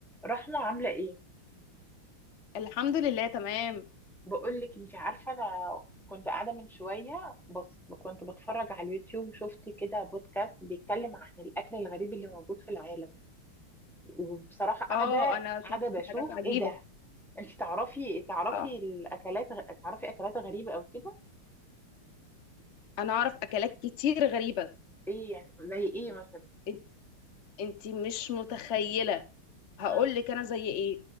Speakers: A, in the centre; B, on the left (about 60°).
A: رحمة عاملة ايه؟
B: الحمد لله تمام
A: بقول لك انت عارفة انا كنت قاعدة من شوية بس كنت بتفرج على اليوتيوب وشفت كده بودكاست بيتكلم عن الاكل الغريب اللي موجود في العالم وبصراحة قاعدة
B: اه انا شفت
A: قاعدة بشوف
B: حاجات عجيبة
A: ايه ده؟ انت تعرفي تعرفي
B: اه
A: الاكلات تعرفي اكلات غريبة او كده؟
B: انا اعرف اكلات كتير غريبة
A: ايه يعني زي ايه مثلا؟
B: إن- انتي مش متخيلة هقول
A: مم.
B: لك انا زي ايه